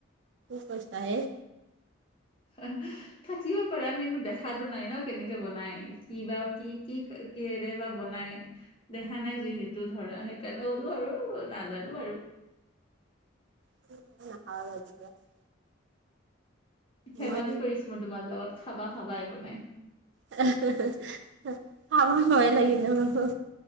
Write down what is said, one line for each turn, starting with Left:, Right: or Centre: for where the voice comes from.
Right: কি কৰিছা হে?
Left: <unintelligible> থাকিব পাৰে আমি। দেখা দেখাতো নাই ন'? কেনেকে বনাই, কিবা, কি কি কিহেৰে বা বনাই? দেখা নাই যিহেতু ধৰা। সেইকাৰণে, গ'লো আৰু নাজানোঁ বাৰু।
Right: <unintelligible>
Left: ধেমালি
Right: মই
Left: কৰিছোঁ, মই তোমাৰ লগত। খাবা-খাবা, একো নাই।
Right: <unintelligible> খাব ভয় লাগিলে মোৰ।